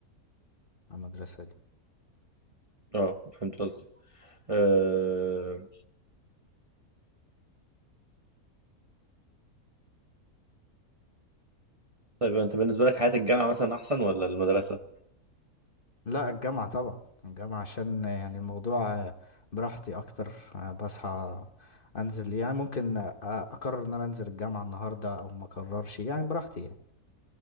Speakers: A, on the left (about 35°); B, on the right (about 25°).
A: على المدرسة دي
B: اه فهمت قصدي آه... طيب انت بالنسبه لك حياه الجامعه مثلا احسن ولا المدرسه
A: لا الجامعة طبعا الجامعة عشان آه، يعني الموضوع آه، براحتي اكتر آه، بصحى انزل يعني ممكن آه، اقرر ان انا انزل الجامعة النهاردة او ما اقررش يعني براحتي يعني